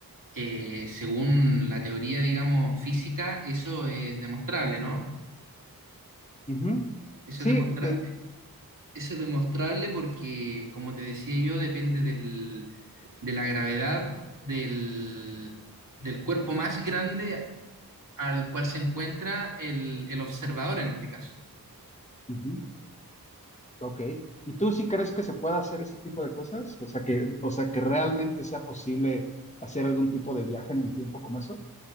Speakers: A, on the right; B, on the left.
A: eh, según la teoría, digamos, física, eso es demostrable, ¿no?
B: Ujú.
A: Eso
B: Sí,
A: es demostrable.
B: de,
A: Eso es demostrable porque, como te decía yo, depende del- de la gravedad del, del cuerpo más grande al cual se encuentra el, el observador en este caso.
B: Ujú, Ok. ¿Y tú sí crees que se pueda hacer ese tipo de cosas? O sea que, o sea que realmente sea posible hacer algún tipo de viaje en el tiempo como esos.